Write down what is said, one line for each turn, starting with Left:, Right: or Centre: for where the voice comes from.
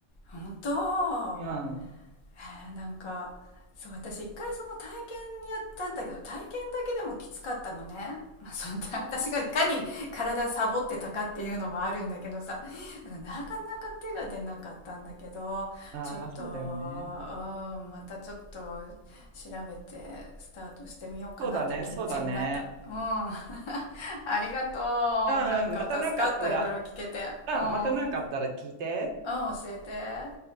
Left: 本当
Right: うん。<laughs> あ
Left: へえなんかそう私一回その体験やったんだけど体験だけでもきつかったのね、まあ、その <laughs> 私がいかに体サボってたかっていうのもあるんだけどさだからなかなか手が出なかったんだけどちょっと、
Right: あ、ああそうだよね。
Left: うん、またちょっと調べてスタートしてみようかなっていう気持ちになったうん
Right: そうだね、そうだね。
Left: <laughs> ありがとうなんか助かったいろいろ聞けてうんうん
Right: うん、うんまたなんかあったら、うん、またなんかあったら聞いて。
Left: 教えて。